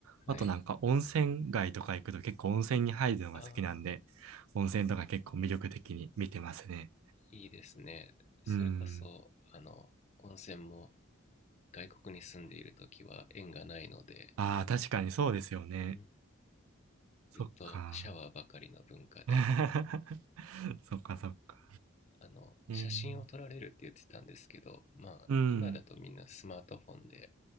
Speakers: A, on the left (about 35°); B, on the right (about 85°).
A: はい
B: あとなんか温泉街とか行くと結構温泉に入るのが好きなんで、
A: ああ、
B: 温泉とか結構魅力的に見てますね。
A: いいですね。それこそ、
B: うーん。
A: あの、温泉も外国に住んでいるときは縁がないので、
B: ああ、確かにそうですよね。
A: うん、
B: そっか。
A: ずっとシャワーばかりの文化で、
B: <laughs> そっかそっか。
A: あの、
B: えー、
A: 写真を撮られるって言ってたんですけど、まあ、
B: うん、
A: 今だとみんなスマートフォンで